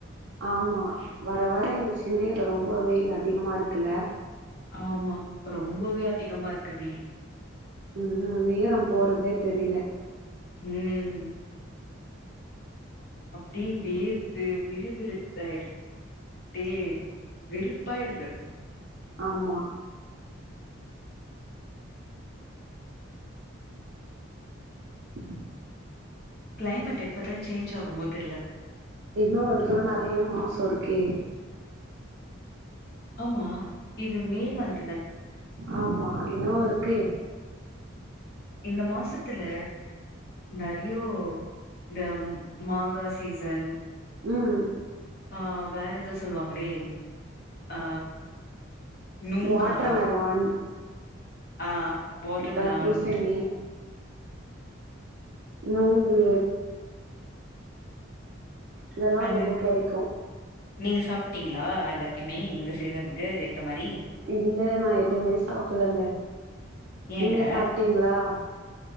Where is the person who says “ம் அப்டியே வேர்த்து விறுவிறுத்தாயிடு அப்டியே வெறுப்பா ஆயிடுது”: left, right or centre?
Left